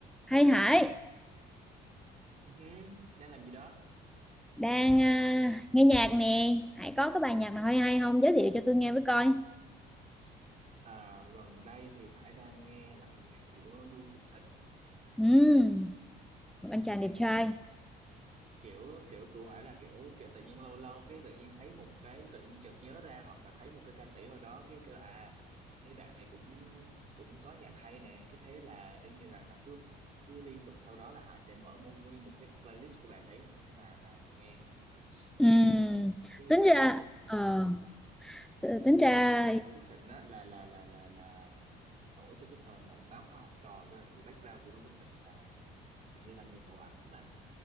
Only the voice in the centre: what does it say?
Hay Hải
đang à, nghe nhạc nè Hải có cái bài nhạc nào hay hay không giới thiệu cho tôi nghe với coi
Ừm, một anh chàng
đẹp trai
Ừm,
tính
ra ờ, t- tính ra